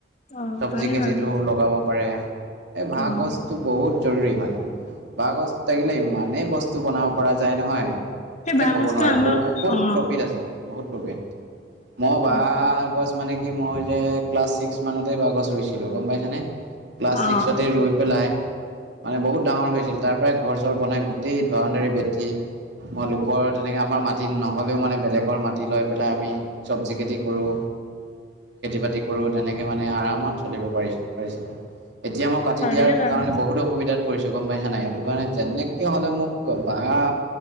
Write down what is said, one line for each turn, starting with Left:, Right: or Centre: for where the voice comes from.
Left: অ
Right: চব্জি
Left: পাৰে
Right: খেতিতটো
Left: বাৰু
Right: লগাব পাৰে এই বাহঁ
Left: অ
Right: গছটো বহুত জৰুৰী মানে বাহঁ থাকিলে ইমানেই বস্তু বনাব পৰা যায় নহয়
Left: সেই
Right: মানে
Left: বাঁহ
Right: ক'ব
Left: গছটো
Right: নোৱাৰে
Left: আমাৰ
Right: বহুত
Left: অ
Right: প্ৰফিট আছে বহুত প্ৰফিত মই বাঁহ
Left: অ
Right: গছ মানে কি মই যে ক্লাছ ছিক্স মানতে বাঁহ গছ ৰুইছিলোঁ গম পাইছানে ক্লাছ
Left: অ
Right: ছিক্সতে ৰৈ পেলাই মানে বহুত ডাঙৰ হৈছিল তাৰ পৰাই ঘৰ চৰ বনাই গোটেই বাশুডাৰী ভেটি মই লোকৰ তেনেকৈ আমাৰ মাটি নহ'লেও মানে বেলেগৰ মাটি লৈ পেলাই আমি চব্জি খেতি কৰোঁ খেতি বাতি কৰো তেনেকে মানে আৰামত চলিব পাৰি পাৰিছিলো এতিয়া মই কাটি
Left: পাৰে
Right: দিয়াৰ
Left: বাৰু
Right: কাৰণে বহুতো অসুবিধাত পৰিছো গম পাইছা নাই সেইটো কাৰণে যেনেকে হলে মোক বাহঁ